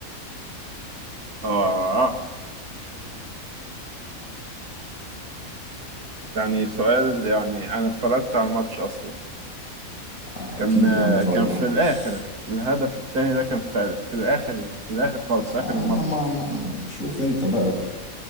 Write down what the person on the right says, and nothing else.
اه اه آه. يعني سؤال يعني انا اتفرجت على الماتش اصلا
كان آه،
كان في
الاخر الهدف الثاني ده كان في, في الاخر في الاخر خالص في
اخر الماتش